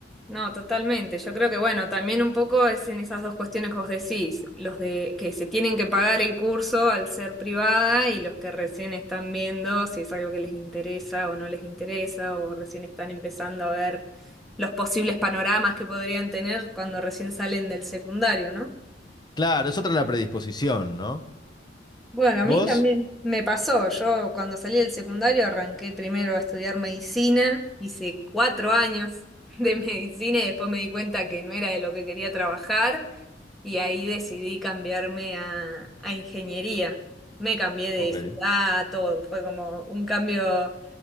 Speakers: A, in the centre; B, on the left.
A: no, totalmente. Yo creo que, bueno, también un poco es en esas dos cuestiones que vos decís, los de que se tienen que pagar el curso al ser privada y los que recién están viendo si es algo que les interesa o no les interesa o recién están empezando a ver los posibles panoramas que podrían tener cuando recién salen del secundario, ¿no?
B: Claro, es otra la predisposición, ¿no?
A: Bueno, a
B: ¿Vos?
A: mí también me pasó. Yo cuando salí del secundario arranqué primero a estudiar medicina, hice cuatro años de <laughs> medicina y después me di cuenta que no era de lo que quería trabajar y ahí decidí cambiarme a, a ingeniería. Me cambié de
B: Ok.
A: ciudad, todo. Fue como un cambio,